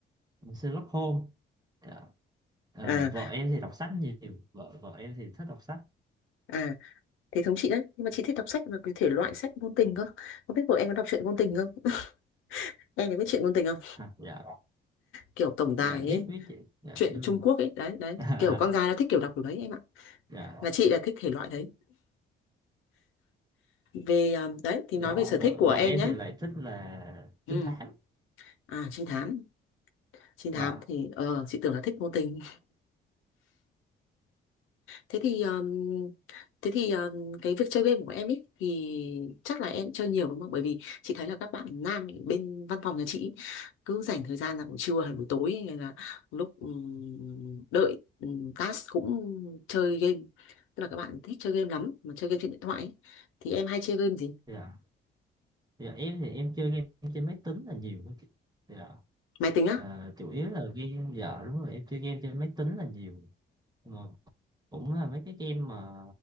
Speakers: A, on the right; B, on the left.
A: Sherlock Holmes dạ Ờ,
B: à
A: vợ em thì đọc sách nhiều vợ vợ em thì thích đọc sách
B: à thế thống chị đấy nhưng mà chị thích đọc sách là cái thể loại sách ngôn tình cơ không biết của em có đọc truyện ngôn tình không <laughs> em có biết truyện ngôn tình không
A: dạ
B: kiểu tổng
A: dạ
B: tài
A: biết
B: ấy
A: biết chị dạ
B: truyện
A: nhưng
B: Trung
A: mà
B: Quốc ấy đấy đấy
A: <laughs>
B: kiểu con gái nó thích kiểu đọc kiểu đấy em ạ
A: dạ
B: là chị là thích thể loại đấy về à, đấy thì
A: dạ
B: nói về sở thích
A: vợ
B: của
A: vợ
B: em
A: em
B: nhé
A: thì lại thích là
B: ừ
A: trinh thám
B: à trinh thám trinh
A: dạ
B: thám thì ờ chị tưởng là thích ngôn tình Thế thì um, thế thì um, cái việc chơi game của em ấy thì chắc là em chơi nhiều đúng không? Bởi vì chị thấy là các bạn nam ở bên văn phòng nhà chị ý, cứ dành thời gian là buổi trưa hay buổi tối hay là lúc um, đợi um, task cũng chơi game. Tức là các bạn thích chơi game lắm mà chơi game trên điện thoại ấy. Thì em hay chơi game gì?
A: dạ dạ em thì em chơi game trên máy tính là nhiều hơn chị dạ
B: Máy tính á?
A: Ờ, chủ yếu là game dạ đúng rồi em chơi game trên máy tính là nhiều mà cũng là mấy cái game mà